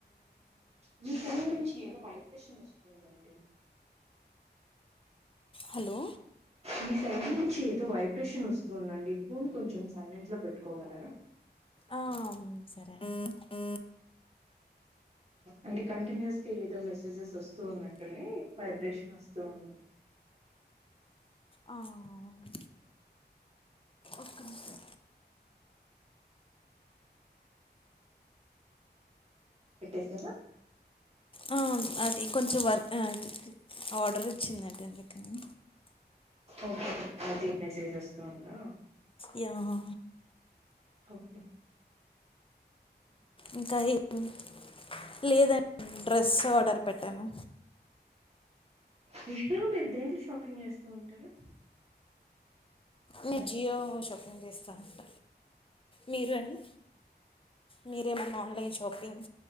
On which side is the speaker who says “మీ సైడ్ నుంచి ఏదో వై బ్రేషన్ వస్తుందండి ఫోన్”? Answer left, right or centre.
Right